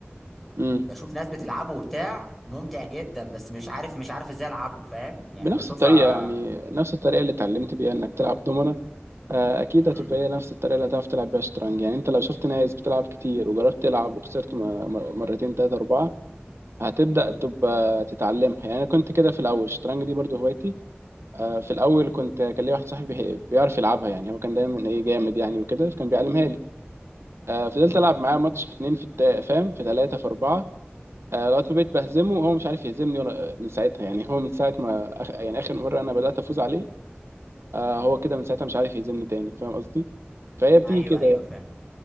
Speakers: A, on the right; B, in the centre.
A: مم.
B: بشوف ناس بتلعبه وبتاع ممتع جدا بس مش عارف مش عارف ازاي العبه فاهم يعني
A: بنفس
B: بشوفها
A: الطريقة يعني نفس الطريقة اللي اتعلمت بيها انك تلعب دومنة آه، اكيد
B: امم
A: هتبقى هي نفس الطريقة اللي هتعرف تلعب بيها شطرنج يعني انت لو شفت ناس بتلعب كتير وجربت تلعب وخسرت م- م- مرتين تلاتة اربعة هتبدأ
B: امم
A: تبقى تتعلمها يعني انا كنت كده في الاول الشطرنج دي برضو هوايتي آه، في الاول كنت كان ليا واحد صاحبي بي- بيعرف يلعبها يعني هو كان دايما ايه جامد يعني وكده فكان بيعلمها لي آه، فضلت
B: امم
A: العب معاه ماتش في اتنين في التا... فاهم في تلاتة في اربعة آه، لغايه ما بقيت بهزمه وهو مش عارف يهزمني ولا آه، من ساعتها يعني هو من ساعه ما أخ... يعني اخر مره انا بدات افوز عليه آه هو كده من ساعتها مش عارف يهزمني تاني فاهم قصدي فهي بتيجي
B: ايوه
A: كده
B: ايوه
A: يعني
B: فاهم